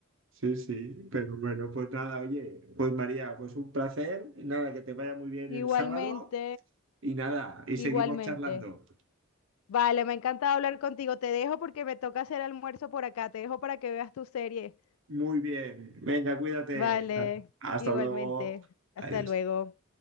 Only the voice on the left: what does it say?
igualmente,
igualmente.
Vale, me ha encantado hablar contigo. Te dejo porque me toca hacer almuerzo por acá. Te dejo para que veas tu serie.
Vale,
igualmente.
Hasta
luego.